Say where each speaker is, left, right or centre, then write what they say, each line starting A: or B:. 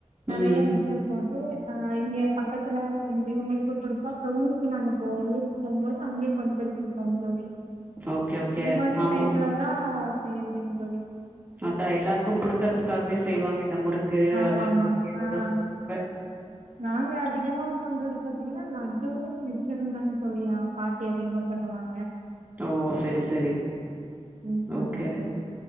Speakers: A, on the right (about 85°); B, on the right (about 15°).
A: நெறைய
B: ம்.
A: மிச்சல் போடுது அ இங்க பக்கத்துல இங்க இவங்ககிட்ட குடுப்போ அப்புறம் ஊருக்கு நாங்க போவோ ஊருக்கு போம்போது அங்கய கொண் டு போய் குடுப்போங்க தோழி
B: ஓகே, ஓகே.
A: இந்த மாதிரி
B: ஆமா.
A: டைம்ல தா செய்யறதுங்க தோழி
B: அதான் எல்லாருக்கு குடுக்குறதுக்காகவே செய்வாங்க இந்த முறுக்கு
A: ஆமா
B: அதி <inaudible>
A: ஆமா ஆ நாங்க அதிகமா பண்றது பாத்தீங்கன்னா லட்டுவு மிச்சருங்கதா தோழி பாட்டி அதிகமா பண்ணுவாங்க
B: ஓ சரி சரி
A: ம்
B: ஓகே
A: ஆமாங்க தோழி